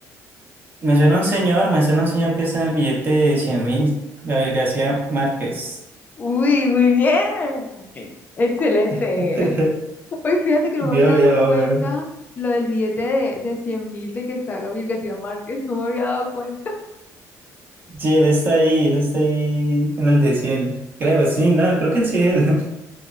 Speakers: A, on the right; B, on the left.
A: Me suena un señor, me suena un señor que está en el billete de cien mil, Gabriel García Márquez.
B: Uy, muy bien. Excelente.
A: <laughs>
B: Hoy fíjate que no
A: Vio,
B: me había dado
A: vio,
B: cuenta
A: vio.
B: lo del billete de, de cien mil de que está Gabriel García Márquez. No me había dado cuenta. <laughs>
A: Sí, él está ahí, él está ahí en el de cien, Creo, sí, no, creo que sí es él.